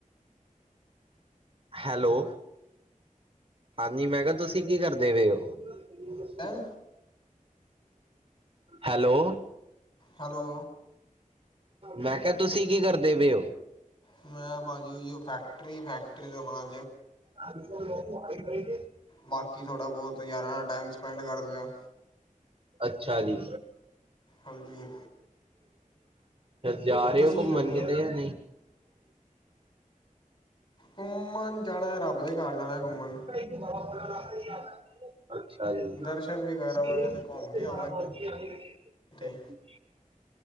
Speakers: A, on the right; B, on the left.
A: ਹੈਲੋ, ਹਾਂਜੀ ਮੈਂ ਕਿਹਾ ਤੁਸੀਂ ਕੀ ਕਰਦੇ ਪਏ ਹੋ?
B: ਹੈਂ
A: ਹੈਲੋ।
B: ਹੈਲੋ।
A: ਮੈਂ ਕਿਹਾ ਤੁਸੀਂ ਕੀ ਕਰਦੇ ਪਏ ਹੋ?
B: ਮੈਂ ਭਾਜੀੀ ਉਹ ਫੈਕਟਰੀ, ਫੈਕਟਰੀ ਦਾ ਬਣਾ
A: ਆ ਸ ਲੋਕ
B: ਬਾਕੀ ਥੋੜ੍ਹਾ ਬਹੁਤ ਯਾਰਾਂ ਨਾਲ ਟਾਈਮ ਸਪੈਂਡ ਕਰ ਲਿਆ
A: ਅੱਛਾ ਜੀ।
B: ਹਾਂਜੀ।
A: ਜਾ
B: ਤੁਸੀਂ
A: ਰਹੇ ਹੋ ਘੁੰਮਣ
B: ਕੀ ਕਰਦੇ
A: ਕਿਤੇ
B: ਹੋ
A: ਜਾਂ ਨਹੀਂ,
B: ਘੁੰਮਣ ਜਾਣਾ, ਰੱਬ ਦੇ ਘਰ ਜਾਣਾ ਘੁੰਮਣ
A: ਬਾ ਅੱਛਾ
B: ਦਰਸ਼ਨ ਵੀ ਕਰ ਆਵਾਂਗੇ ਅਤੇ ਘੁੰਮ ਵੀ ਆਵਾਂਗੇ
A: ਜੀ।
B: ਕਿਤੇ